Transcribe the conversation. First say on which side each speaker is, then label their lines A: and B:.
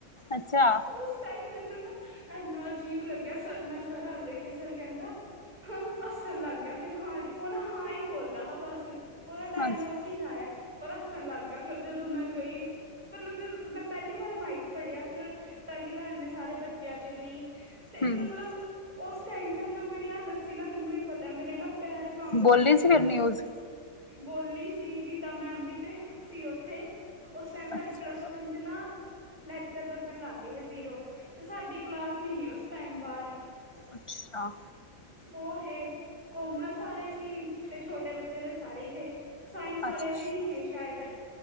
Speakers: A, on the left (about 25°); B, on the right (about 30°).
A: ਅੱਛਾ
B: ਉਸ ਟਾਈਮ ਮੈਨੂੰ ਨਾ ਇੰਨਾ ਅਜੀਬ ਲੱਗਿਆ ਸਰ ਘਰ ਵੇਖਿਆ ਸਰ ਕਹਿੰਦਾ ਹਾਂ। ਹੱਸਣ ਲੱਗ ਗਿਆ ਫਿਰ ਹਾਂ ਜੀ ਉਹ ਨਾ ਹਾਂ ਹੀ ਬੋਲਦਾ ਬਸ ਉਹਦਾ ਡਾਇਲੋਗ
A: ਹਾਂਜੀ
B: ਕੀ ਖਾਇਆ ਪਰ ਹੱਸਣ ਲੱਗ ਗਿਆ ਫਿਰ ਜਦੋਂ ਮੈਂ ਗਈ ਮਤਲਬ ਜਦੋਂ ਮੈਂ ਪਹਿਲੀ ਵਾਰ ਮਾਈਕ ਫੜਿਆ ਸੀ ਹੋਰ ਪਹਿਲੀ ਵਾਰ ਇੰਨੇ ਸਾਰੇ ਬੱਚਿਆਂ ਚ ਗਈ ਤੇ
A: ਹੂੰ
B: ਮਤਲਬ ਉਸ ਟਾਈਮ ਨਾਲ ਜੋ ਮੇਰੀ ਹਾਲਤ ਸੀ ਨਾ ਮੈਨੂੰ ਹੀ ਪਤਾ ਮੇਰੇ ਨਾ ਪੈਰ ਕੰਬ ਰਹੇ
A: ਬੋਲੀ
B: ਸੀ
A: ਫਿਰ
B: ਪਰ
A: ਨਿਊਜ਼
B: ਬੋਲੀ ਸੀਗੀ ਗੀਤਾ ਮੈਮ ਤੇ ਸੀ ਉੱਥੇ ਉਸ ਟਾਈਮ ਸਾਡੇ
A: ਅੱਛਾ
B: ਪਲਸ ਵਨ 'ਚ ਨਾ ਲੈਕਚਰ ਲੱਗਣ ਲੱਗ ਗਏ ਜ਼ੀਰੋ ਤੇ ਸਾਡੀ ਕਲਾਸ ਨਹੀਂ ਸੀ ਉਸ ਟਾਈਮ ਬਾਹਰ
A: ਅੱਛਾ
B: ਉਹ ਇਹ ਕੋਮਰਸ ਵਾਲੇ ਸੀ। ਤੇ ਛੋਟੇ ਬੱਚੇ ਤੇ ਸਾਰੇ ਇਹ ਸਾਇੰਸ ਵਾਲੇ
A: ਅੱਛਾ
B: ਵੀ ਨਹੀਂ ਹੈ ਸ਼ਾਇਦ